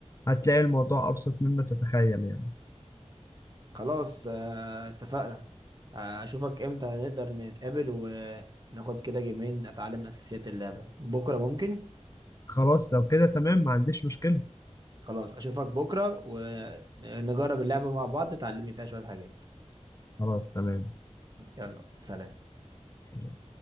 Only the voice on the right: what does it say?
خلاص آه، اتفقنا آه، اشوفك امتى نقدر نتقابل وناخد كده جيمين اتعلم اساسيات اللعبة بكرة ممكن
خلاص اشوفك بكرة ونجرب اللعبة مع بعض تعلمني فيها شوية حاجات
يلا سلام